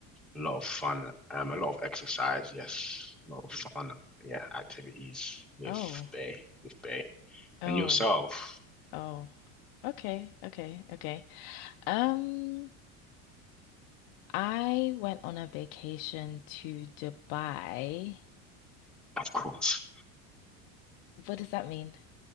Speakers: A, in the centre; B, on the left.
A: a lot of fun, um, a lot of exercise, yes, a lot of fun, yeah, activities with
B: Oh,
A: Bay, with Bay.
B: oh,
A: And yourself,
B: oh. Okay, okay, okay. Um, I went on a vacation to Dubai.
A: of course.
B: What does that mean?